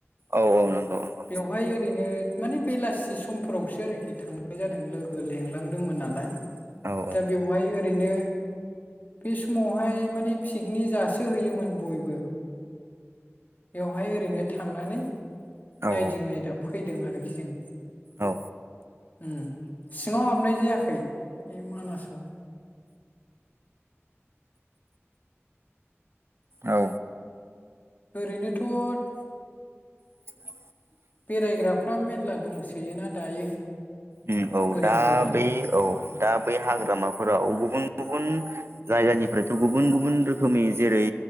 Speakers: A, on the right; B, on the left.
A: औ औ नंगौ नंगौ
B: बेवहाय ओरैनो माने बेलासि समफोरावसो आरोखि थांनाय जादों लोगो लिंलांदोंमोन नालाय।
A: औ
B: दा बेवहाय ओरैनो बे समावहाय माने पिकनि जासो होयोमोन बयबो बेवहाय ओरैनो थांनानै नायदिं
A: औ
B: नायदा फैदों आरोखि जों।
A: औ
B: ओम सिङाव हाबनाय जायाखै बे मानासाव <inaudible>
A: औ
B: ओरैनोथ'
A: <inaudible>
B: बेरायग्राफ्रा मेरला दंसोयोना दायो।
A: उम औ
B: गोदान
A: दा
B: गोदान
A: बै औ
B: उम
A: दा बै हाग्रामाफोराव गुबुन गुबुन जायगानिफ्रायथ' गुबुन गुबुन रोखोमनि जेरै